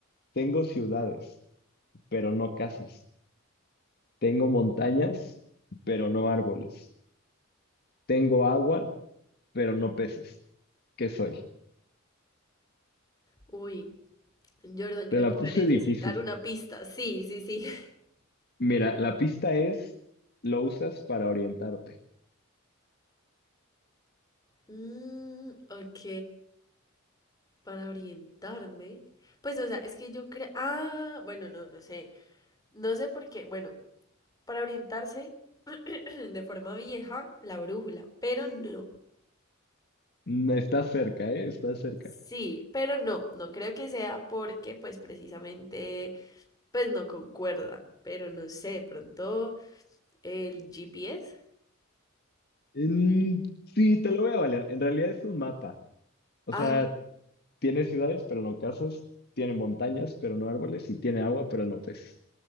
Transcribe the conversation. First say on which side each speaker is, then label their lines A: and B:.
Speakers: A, on the left (about 50°); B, on the left (about 20°).
A: tengo ciudades, pero no casas. Tengo montañas, pero no árboles. Tengo agua, pero no peces. ¿Qué soy?
B: Uy, Jordan, creo
A: Te la
B: que voy
A: puse
B: a necesitar
A: difícil.
B: una pista. Sí, sí, sí. <laughs>
A: Mira, la pista es, lo usas para orientarte.
B: Mm, ok. Para orientarme. Pues, o sea, es que yo creo. Ah, bueno, no, no sé. No sé por qué. Bueno, para orientarse <clears throat> de forma vieja la brújula, pero no.
A: Mm, Estás cerca, ¿eh? Estás cerca.
B: Sí, pero no, no creo que sea porque pues precisamente pues no concuerda, pero no sé, pronto el GPS.
A: Mm, sí, te lo voy a valer. En realidad es un mapa. O
B: Ah,
A: sea, tiene ciudades, pero no casas. Tiene montañas, pero no árboles. Y tiene agua, pero no peces.